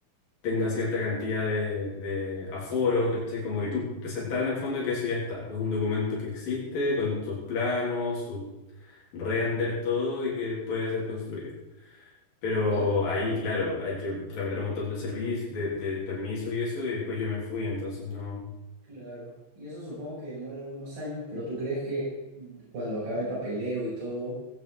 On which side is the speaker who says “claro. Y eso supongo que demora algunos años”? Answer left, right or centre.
Right